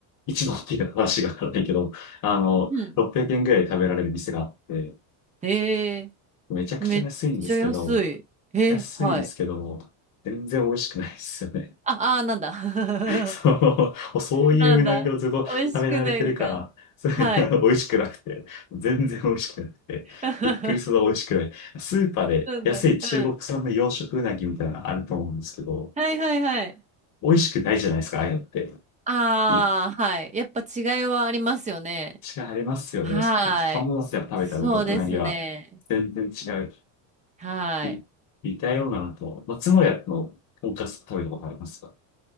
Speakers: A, on the left; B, on the right.
A: 一丼っていうか話がわからないけど、あの、
B: うん
A: 600円ぐらいで食べられる店があって、
B: えー、
A: めちゃくちゃ安いんですけど、
B: めっちゃ安い。え、
A: 安いですけど、
B: はい。
A: 全然美味しくないですよね。
B: あ、あー、なんだ。<laughs>
A: <laughs> そう、そういううなぎをずっと食べられてるから、
B: なんだ。美味しくないのか。
A: それあの
B: はい。
A: <laughs> 美味しくなくて、全然美味しくなくて、
B: <laughs>
A: びっくりするほど美味しくない。スーパーで安い中国産の養殖うなぎみたいなのあると思うんですけど、
B: なんだ。うん。はいはいはい。
A: 美味しくないじゃないですか、ああいうのって。
B: ああ、
A: い、違
B: はい。やっぱ違いはありますよね。
A: いありますよね。
B: はい。
A: は浜松やっぱ食べたうなぎは全然違う。
B: そうですね。はい。
A: に似たようなのと、松野屋のとんかつ食べたことありますか